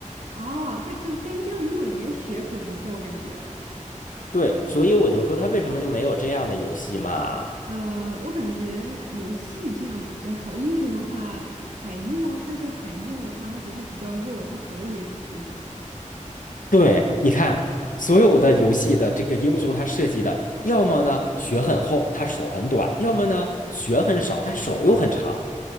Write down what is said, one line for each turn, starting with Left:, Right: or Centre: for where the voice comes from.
Right: 哦，但干干将莫邪血可不厚，感觉。
Left: 对，所以我就说他为什么就没有这样的游戏嘛？
Right: 呃，我感觉游戏这样比较少，英雄的话海诺，但是海诺的话他只是比较肉，他手也挺短。
Left: 对，你看所有的游戏的这个英雄，他设计的要么呢血很厚，他手很短，要么呢血很少，他手又很长，